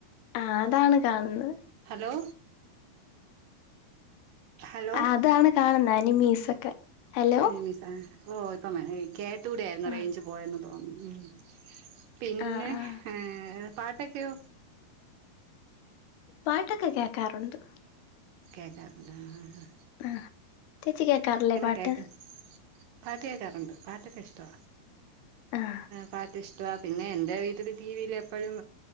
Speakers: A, on the left (about 85°); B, on the right (about 70°).
A: ആഹ് അതാണ് കാണുന്നത്
B: ഹലോ ഹലോ
A: അതാണ് കാണുന്ന അനിമീസൊക്കെ ഹലോ
B: അനമീസാ ഓ ഇപ്പൊ കേട്ടുടായിരുന്നു
A: ആഹ്
B: റേഞ്ച് പോയന്ന് തോന്നുന്നു ഉം പിന്നെ
A: ആഹ് ആഹ്
B: ഹേപാട്ടൊക്കെയോ
A: പാട്ടൊക്കെ കേക്കാറുണ്ട്
B: കേക്കാറുണ്ട് ആ അഹ് ആഹ്
A: ആഹ് ചേച്ചി കേക്കാറില്ലേ പാട്ട്
B: കേക്ക പാട്ട് കേക്കാറുണ്ട് പാട്ടൊക്കെ ഇഷ്ട്ടാ
A: ആഹ്
B: പാ -‌ ഇഷ്ടപിന്നെ എന്റെ വീട്ടില് ടിവിയില് എപ്പോഴും